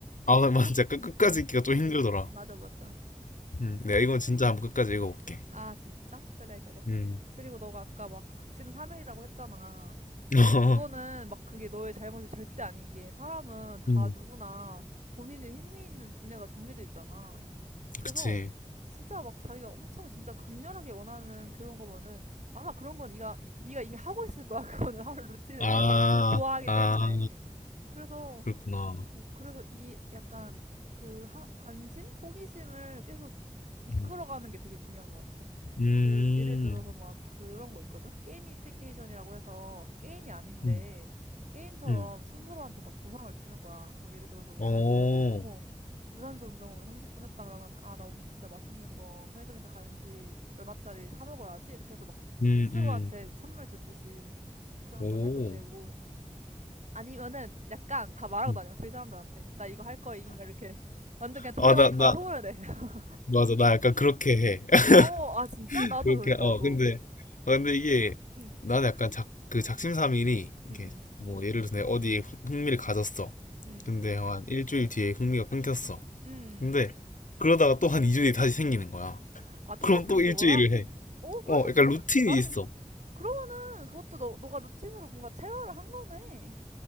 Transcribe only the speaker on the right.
응,
맞아, 맞아.
아, 진짜? 그래, 그래.
그리고 너가 아까 막 작심 삼일이라고 했잖아. 근데
그거는 막 그게 너의 잘못이 절대 아닌 게 사람은 다
누구나 본인이 흥미 있는 분야가 정해져 있잖아. 그래서
진짜 막 자기가 엄청 진짜 강렬하게 원하는 그런 거면은 아마 그런 건 네가 네가 이미 하고 있을 거야. <laughs> 그거는 하루 루틴에서
좋아하기
때문에. 그래서
어, 그래서 이 약간 그 하, 관심? 호기심을 계속 이끌어가는
게 되게 중요한 것 같아.
그 예를 들어서 막 그런 거 있거든? 게이미피케이션이라고 해서 게임이 아닌데
게임처럼
스스로한테 막 보상을 주는 거야. 막 예를 들어서 뭐
오늘 뭐, 어, 유산소 운동을 30분 했다 그러면 아, 나 오늘 진짜 맛있는 거 편의점에서 간식 얼마짜리 사 먹어야지. 이렇게 해서 막
스스로한테
선물 주듯이 그런
걸 해도 되고 아니면은 약간 다 말하고
다녀 주위 사람들한테 나 이거 할 거임 막 이렇게 완전 그냥 동네방에
다
소문을 내. <laughs>
어, 아 진짜?
나도
그래 나도.
응,
응,
응,
응,
응,
응.
아 똑같은
그거가?
어 그래도
괜찮.
나름
그러면은 그것도 너 너가 루틴으로 뭔가 체화를 한 거네.